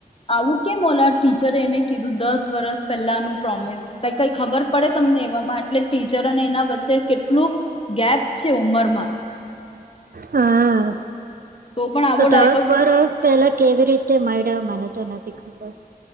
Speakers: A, on the left (about 35°); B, on the right (about 70°).
A: આવું કેમ ઓલા ટીચરે એને કીધું દસ વર્ષ પહેલાનું પ્રોમિસ, ક કઈ ખબર પડે તમને એવામાં એટલે ટીચર અને એના વચ્ચે કેટલું, ગેપ છે ઉમરમાં.
B: હા.
A: તો પણ આવો
B: દસ
A: ડાયલોગ
B: વરસ પેલા કેવી રીતે મળયા મને તો નથી ખબર.